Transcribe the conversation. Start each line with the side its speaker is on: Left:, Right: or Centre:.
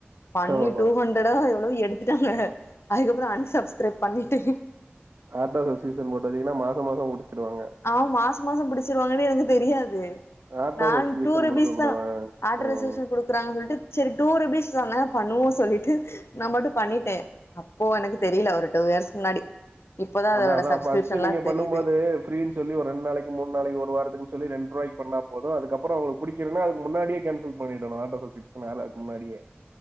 Left: பண்ணி
Right: ஓ
Left: டூ
Right: ஓ
Left: ஹண்ட்ரடா எவ்வளவோ எடுத்துட்டாங்க அதுக்கப்புற அன் சப்ஸ்கிரைப் பண்ணிட்டே
Right: ஆட்டப் சீசன் போட்டு வந்தீங்கனா மாசம் மாசம்புடிச்சுடுவாங்க
Left: ஆம் மாச மாச புடிச்சிருவாங்கனு எனக்கு தெரியாது
Right: ஆட்டோ
Left: நாள்
Right: சப்ஸ்கிரிப்ஷன்
Left: டூ ருபீஸ்
Right: குடுக்க கூடாது
Left: தா ஆட்ரசஸ்
Right: ம்
Left: கொடுக்குறாங்க சொல்ட்டு சரி டூ ருபீஸ் தானே பண்ணுவோ சொல்லிட்டு நா பாட்டு பண்ணிட்டே அப்போ எனக்கு தெரியல ஒரு டூ இயர்ஸ்கு முன்னாடி இப்பதா
Right: அத
Left: அதோட
Right: அதா
Left: சப்ஸ்கிரிப்ஷன்லா
Right: பஸ்ட் நீங்க பண்ணும்
Left: தெரியுது
Right: போது ப்ரினு சொல்லி ஒரு ரெண் நாளக்கி மூன் நாளக்கி ஒரு வாரத்துக்குனு சொல்லி ரெண் ரூபாய்க் பண்ணா போது அதுக்கப்புற அவுங்க புடிக்கலனா அதுக்கு முன்னாடியே கேன்சல் பண்ணிடனும் ஆட்டோ சப் பிக்ஸ்னால அதுக்கு முன்னாடியே